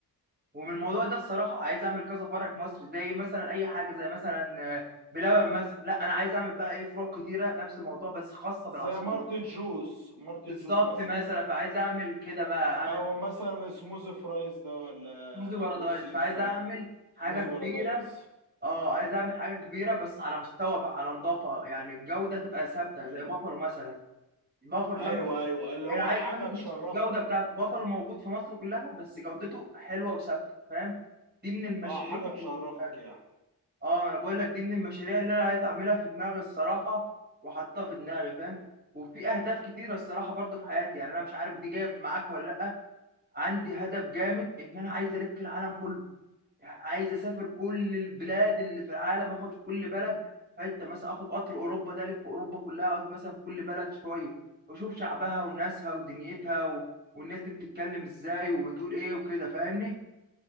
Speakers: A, on the right (about 25°); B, on the right (about 80°).
A: ومن الموضوع ده الصراحه عايز اعمل كذا فرع في مصر زي مثلا اي حاجه زي مثلا آه، بلبن مثلا لا انا عايز اعمل بقى ايه فروع كتيره نفس الموضوع بس خاصه بالعصير
B: زي مارتن جوس مارتن
A: بالظبط
B: جوس مثلا
A: مثلا فعايز اعمل كده بقى اعمل
B: او
A: حاجه
B: مثلا سموز فرايز ده ولا
A: موزي بارادايس
B: فور سيزون
A: فعايز اعمل حاجه
B: سموز
A: كبيره
B: بارادايس
A: اه عايز اعمل حاجه كبيره بس على مستوى بقى على نظافه يعني الجوده تبقى ثابته
B: مم.
A: زي بافالو مثلا بافالو
B: ايوه
A: ده مثلاً،
B: ايوه اللي هو
A: انا عايز
B: حاجه
A: اعمل
B: تشرفك
A: نفس الجوده بتاعت بافالو موجود في مصر كلها بس جودته حلوه وثابته فاهم دي من المشاريع
B: اه حاجه تشرفك
A: اللي بتبقى
B: يعني
A: اه انا بقول لك دي من المشاريع اللي انا عايز اعملها في دماغي الصراحه وحاطها في دماغي فاهم وفي اهداف كتيره الصراحه برضو في حياتي يعني انا مش عارف دي جايه معاك ولا لا عندي هدف جامد ان انا عايز الف العالم كله يعني عايز اسافر كل البلاد اللي في العالم اخد في كل بلد حته مثلا اخد قطر اوروبا ده الف اوروبا كلها اقعد مثلا في كل بلد شويه واشوف شعبها وناسها ودنيتها و... والناس دي بتتكلم ازاي وبتقول ايه وكده فاهمني